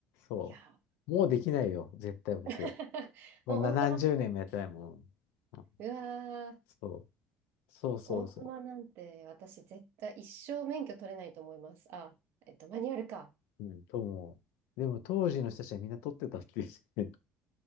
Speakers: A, on the left; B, on the right.
A: そう。
B: いや。
A: もうできないよ、絶対僕。
B: <laughs>
A: もう何十年もやってないもん。
B: もうオートマ、
A: うん
B: うわー、
A: そう。そうそうそ
B: オートマなんて私絶対一生免許取れないと思います。あ、えっと、マニュアルか。
A: う。うん、と思う。でも当時の人たちはみんな撮ってたっていう。